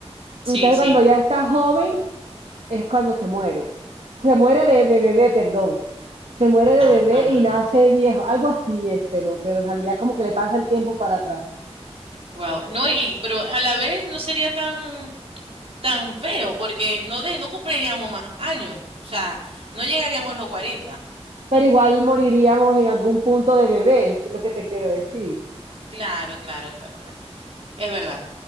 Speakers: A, on the right (about 60°); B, on the right (about 75°).
A: Sí,
B: Entonces,
A: sí.
B: cuando ya está joven, es cuando se muere. Se muere de, de bebé, perdón. Se muere de
A: Ajá.
B: bebé y nace viejo. Algo así es, pero, pero en realidad como que le pasa el tiempo para atrás.
A: Wow. No, y, pero a la vez no sería tan, tan feo, porque no de, no cumpliríamos más años. O sea, no llegaríamos a los 40.
B: Pero igual moriríamos en algún punto de bebé, es lo que te quiero decir.
A: Claro, claro, claro. Es verdad.